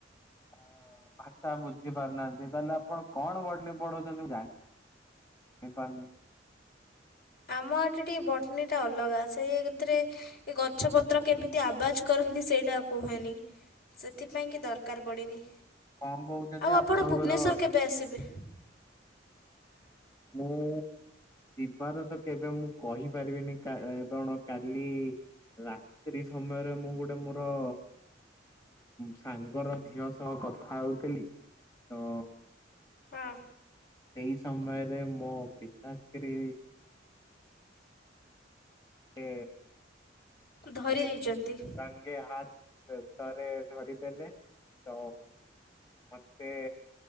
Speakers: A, on the left (about 20°); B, on the left (about 55°).
A: ଭାଷା ବୁଝି ପାରୁନାହାନ୍ତି ତାହେଲେ ଆପଣ କଣ ବଟିନି ପଢଉଛନ୍ତି ମୁ ଜା ନେପାଲ
B: ଆମ ଆଟରେ ଟିକେ ବଟନୀଟା ଅଲଗା ସେଇଥିରେ ଏ ଗଛ ପତ୍ର କେମିତି ଆବାଜ କରନ୍ତି ସେଇଟା କୁହେନି। ସେଥିପାଇଁ କି ଦରକାର ପଡ଼ିନି,
A: କଣ କହୁଛନ୍ତି
B: ଆଉ
A: ଆପଣଙ୍କର
B: ଆପଣ ଭୁବନେସ୍ୱର କେବେ ଆସିବେ? <inaudible>
A: ମୁଁ ଯିବାର ତ କେବେ ମୁଁ କହିପାରିବିନି କଣ କାଲି ରାତ୍ରି ସମୟରେ ମୁଁ ଗୋଟେ ମୋର ସାଙ୍ଗର ଝିଅ ସହ କଥା ହଉଥିଲି ତ
B: ହଁ।
A: ସେଇ ସମୟରେ ମୋ ପିତାଶ୍ରୀ ଏ
B: ଧରି ଦେଇଛନ୍ତି।
A: ତାଙ୍ଗେ ହାତ ଥରେ ଧରିଦେଲେ। ତ ମତେ